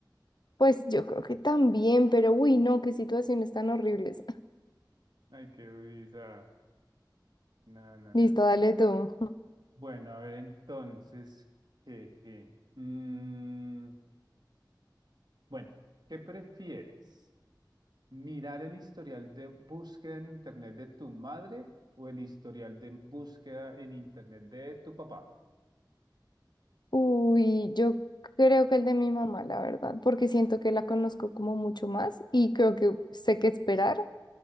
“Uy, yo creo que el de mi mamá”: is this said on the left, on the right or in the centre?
Left